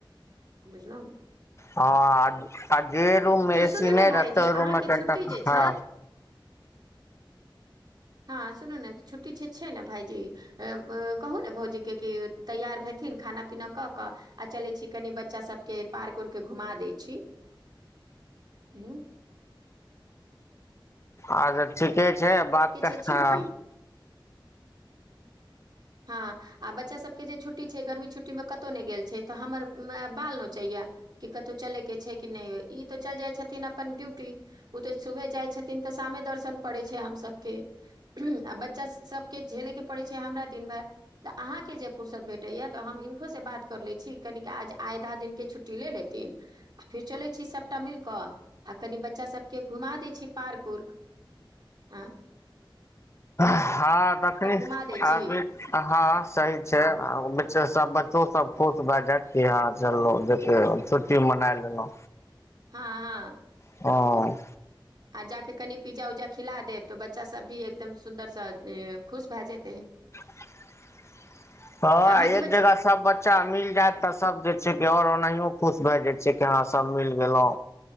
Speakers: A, on the right (about 55°); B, on the left (about 30°).
A: बुझलहुँ
B: हँ आ जे रूममे
A: तऽ
B: ए
A: सुनू
B: सी नइ
A: ने भाईजी
B: रहतै ओहि
A: अहाँके
B: रूममे कनिटा
A: छुट्टी जे
B: हँ
A: छै हँ सुनू ने छुट्टी छै ने भाईजी कहू ने भौजी के तैयार भे थिन खाना पीना कऽ कऽ आ चलै छी कनि बच्चा सबके पार्क उर्क घुमा दै छी हँ
B: अच्छा ठीके छै बात
A: छै छुट्टी
B: हँ
A: हँ आ बच्चा सबके जे छुट्टी छै गर्मी छुट्टी मे कतहु नइ गेल छै तऽ हमर बाल नोचैया कि कतहु चले के छै कि नइ ई तऽ चल जाइ छथिन अपन ड्यूटी ओ तऽ सुबहे जाइ छथिन तऽ शामे दर्शन पड़ै छै हम सभके आ बच्चा सबके झेले के पड़े छै हमरा दिन भर तऽ अहाँके जे फुर्सत भेटैया तऽ हम हिनको से बात कर ले छी कनिक आज आइधा दिन के छुट्टी ले लेत आ फेर चलै छी सबटा मिल कऽ आ कनि बच्चा सबके घुमा दै छी पार्क उर्क आँ
B: हँ तखनी
A: घुमा दै
B: अभी
A: छी
B: हँ सही छै आ बच्चा सब बच्चो सब खुश भए जायत कि हां चलो देखै छु टि मनाए लेलौं
A: हां हां
B: हं
A: आ जाकऽ कनि पिज्जा उज्जा खिला देब तऽ बच्चा सब भी एकदम सुन्दरसँ खुश भए जेतै
B: <inaudible> हँ
A: अहाँके
B: एक
A: बच्चा
B: जगह सब बच्चा मिल जायत तऽ सब देख छै कि और ओनाहिय खुश भए जाइ छै कि हाँ सब मिल गेलों